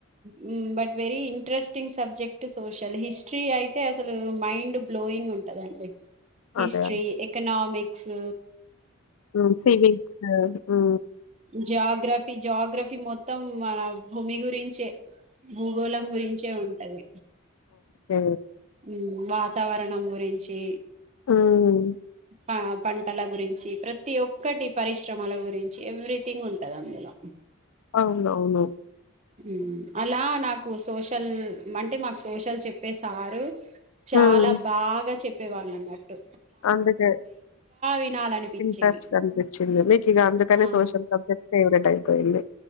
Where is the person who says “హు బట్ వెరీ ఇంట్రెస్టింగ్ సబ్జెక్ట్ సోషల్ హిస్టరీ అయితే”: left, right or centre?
Right